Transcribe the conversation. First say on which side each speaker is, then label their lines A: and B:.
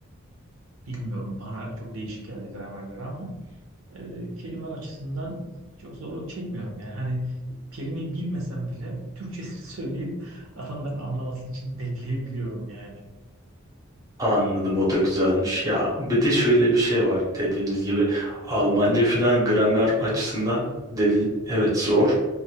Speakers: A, on the right; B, on the right.
A: bilmiyorum bana çok değişik geldi gramerleri ama e, kelime açısından çok zorluk çekmiyorum. Yani hani kelimeyi bilmesem bile Türkçesini <laughs> söyleyip adamların anlaması için bekleyebiliyorum yani.
B: Anladım o da güzelmiş. Ya bir de şöyle bir şey var dediğiniz gibi Almanca filan gramer açısından dedin evet zor.